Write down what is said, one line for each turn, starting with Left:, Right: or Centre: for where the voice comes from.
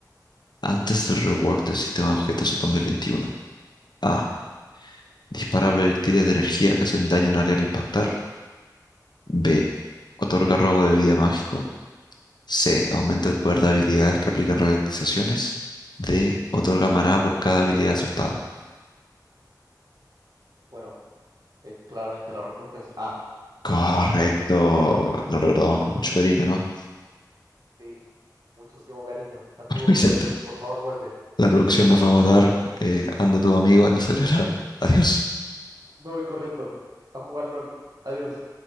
Left: antes del rework del sistema de objetos en 2021. A. Dispara proyectiles de energía que hacen daño en área al impactar. B. Otorga robo de vida mágico. C. Aumenta el poder de habilidades que aplican ralentizaciones. D. Otorga maná por cada habilidad acertada.
Right: Bueno, eh, claramente la respuesta es A.
Left: Correcto. Lo recordamos con mucho cariño, ¿no?
Right: Sí. Muchísimo cariño. Antiguo
Left: <laughs> Vicente.
Right: juego de Luden, por favor, vuelve.
Left: La producción nos va a matar. eh, anda tu amigo, anda a celebrar. <laughs> Adiós.
Right: Me voy corriendo a jugar LOL. Adiós.